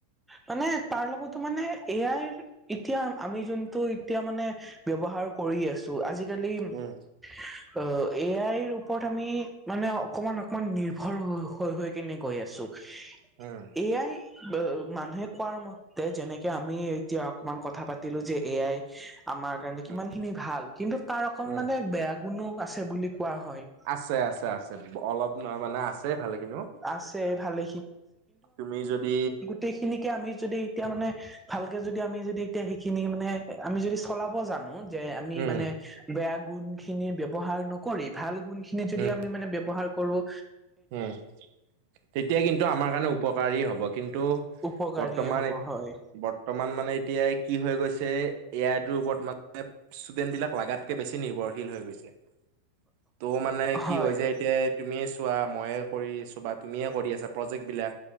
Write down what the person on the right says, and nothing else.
উম
উম।
উম
উম
আছে- আছে- আছে অলপ নহয়, মানে আছে ভালেখিনিও,
তুমি যদি
উম
উম
উম, তেতিয়া কিন্তু আমাৰ কাৰণে উপকাৰী হ'ব। কিন্তু
বৰ্তমান
এ <unintelligible>
বৰ্ত বৰ্তমান মানে এতিয়া কি হৈ গৈছে, এ আই তোৰ ওপৰত মানে ষ্টুডেণ্ট বিলাক লাগাতকে বেছি নিৰ্ভশীল হৈ গৈছে। ত' মানে কি
হৈ যাই এতিয়া তুমিয়ে চ চোৱা মইয়ে কৰিছোঁ বা তুমিয়ে কৰি আছা, প্ৰজেক্ট বিলাক